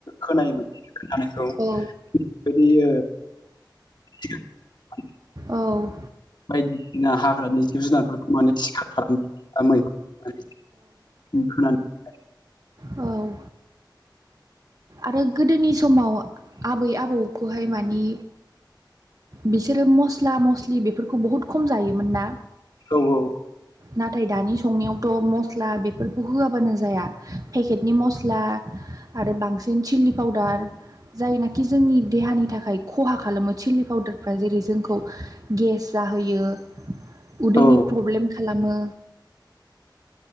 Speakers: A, on the left; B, on the right.
A: खोनायोमोन खोनानायखौ बे
B: औ
A: बिदि ओ <unintelligible>
B: औ
A: बायदिसिना हाग्रानि जिब जुनारफोरखौ माने सिखार खालाम मैगं <unintelligible>
B: औ आरो गोदोनि समाव आबै आबौखौहाय मानि बिसोरो मस्ला मस्लि बेफोरखौ बहुत खम जायोमोन ना
A: औ औ
B: नाथाय दानि संनायावथ' मस्ला बेफोरखौ होआबानो जाया पेकेटनि मस्ला आरो बांसिन चिलि पाउदार जायनाखि जोंनि देहानि थाखाय खहा खालामो चिललि पाउदारफ्रा जेरै जोंखौ गेस जाहोयो उदैनि
A: औ
B: प्रब्लेम खालामो